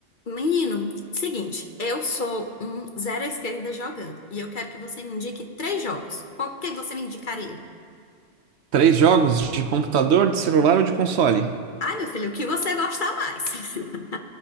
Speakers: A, on the left; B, on the right.
A: Menino, seguinte, eu sou um zero à esquerda jogando e eu quero que você me indique três jogos. Qual que você me indicaria?
B: Três jogos de computador, de celular ou de console.
A: Ai, meu filho, o que você gosta mais? <laughs>